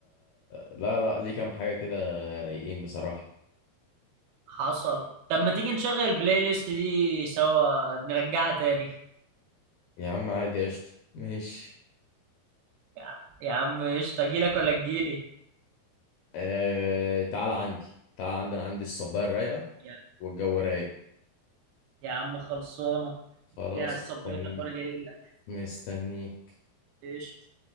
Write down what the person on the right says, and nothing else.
حصل طب ما تيجي نشغل البلاي ليست دي سوا نرجعها تاني
يا, يا عم قشطه اجيلك ولا تجيلي
يا,
يا عم خلصانه
يا صبيتك
وانا جاي لك
قشطه